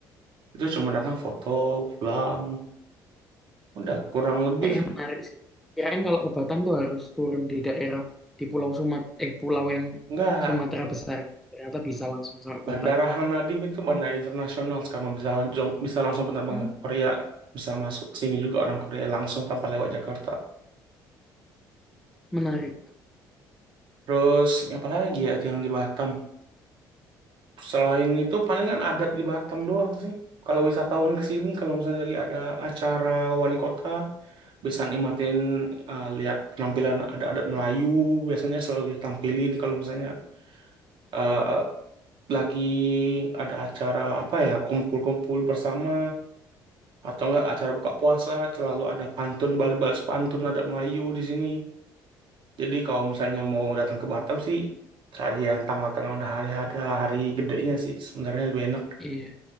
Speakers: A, on the right; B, in the centre.
A: Itu cuma datang foto, pulang. Udah, kurang lebih.
B: Kayaknya menarik sih. Kirain kalau ke Batam tuh harus turun di daerah di Pulau Sumat eh pulau yang
A: Enggak,
B: Sumatera besar. Ternyata bisa langsung sampai
A: Bandara
B: Batam.
A: Hang Nadim itu bandara internasional sekarang bisa langsung bisa langsung penerbang
B: Hmm,
A: ke Korea bisa masuk ke sini juga orang Korea langsung tanpa lewat Jakarta.
B: menarik.
A: Terus apa lagi ya yang di Batam? Selain itu palingan adat di Batam doang sih. Kalau wisatawan ke sini kalau misalnya lagi ada acara wali kota bisa nikmatin eh, lihat penampilan ada adat Melayu biasanya selalu ditampilin kalau misalnya eh, lagi ada acara apa ya kumpul-kumpul bersama atau enggak acara buka puasa selalu ada pantun balas-balas pantun ada Melayu di sini jadi kalau misalnya mau datang ke Batam sih cari yang tanggal-tanggal ada hari ada hari gedenya sih sebenarnya lebih enak
B: Iya,